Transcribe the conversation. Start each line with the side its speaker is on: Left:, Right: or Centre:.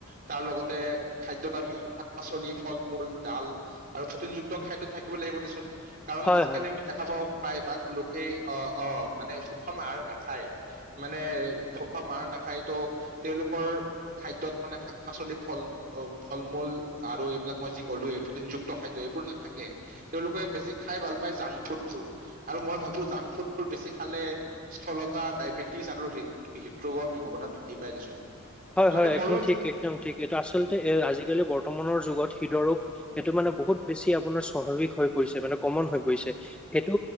Right: তাৰ লগতে খাদ্যয়ত আমি পাচলি ফল-মূল ডাল আৰু প্ৰটিনযুক্ত খাদ্য থাকিব লাগিব দেচোন। কাৰণ
Centre: হয়,
Right: আজিকালি
Centre: হয়।
Right: আমি দেখা পাওঁ পায় বা লোকেই অ-অ মানে সুষম আহাৰ নাখায়, মানে সুষম আহৰ নাখায় তো তেওঁলোকৰ খাদ্যয়ত মানে শাক পাচলি ফল ফল-মূল আৰু এইবিলাক মই যি ক'লোৱে প্ৰটিনযুক্ত খাদ্য এইবোৰ নাথাকে, তেওঁলোকে বেছি খাই ভাল পায় জাংক ফুডবোৰ আৰু মই ভাবো জাংক ফুডবোৰ বেছি খালে স্থলতা ডায়বেটিছ আৰুৃ হৃদৰোগৰ সম্ভাৱনা বৃদ্ধি পাই দেচোন।
Centre: হয়-হয়
Right: মানে ময়ো
Centre: একদম ঠিক একদম ঠিক এইটো আচলতে এ আজিকালি বৰ্তমানৰ যোগত হৃদৰোগ সটো মানে বহুত বেছি আপোনাৰ স্বাভাৱিক হৈ পৰিছে মানে কমন হৈ পৰিছে সটো